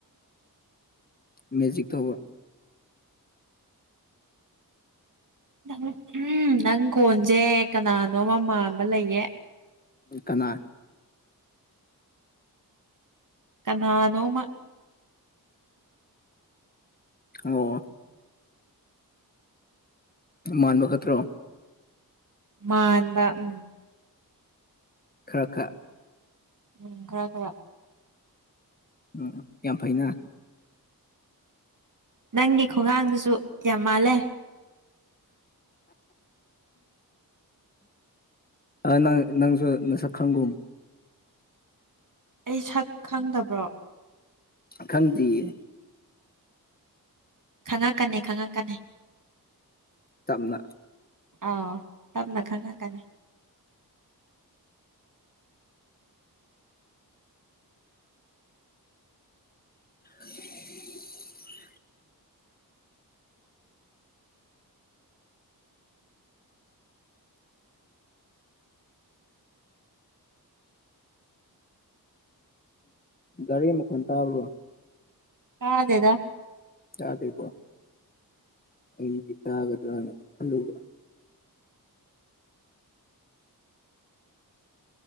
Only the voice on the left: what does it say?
ꯃꯦꯖꯤꯛ ꯇꯧꯕ
ꯀꯅꯥ
ꯑꯣ ꯃꯥꯟꯕ ꯈꯛꯇ꯭ꯔꯣ
ꯈꯔ ꯈꯔ
ꯎꯝ ꯎ ꯌꯥꯝ ꯐꯩꯅ
ꯑꯥ ꯅꯪ ꯅꯪꯁꯨ ꯅꯁꯛ ꯈꯪꯒꯨꯝ
ꯈꯪꯗꯤꯌꯦ
ꯇꯞꯅ
<unintelligible> ꯒꯥꯔꯤ ꯃꯈꯣꯟ ꯇꯥꯕ꯭ꯔꯣ
ꯇꯥꯗꯦꯀꯣ ꯑꯩꯗꯤ ꯇꯥꯒꯗ꯭ꯔꯥꯅ ꯈꯜꯂꯨꯕ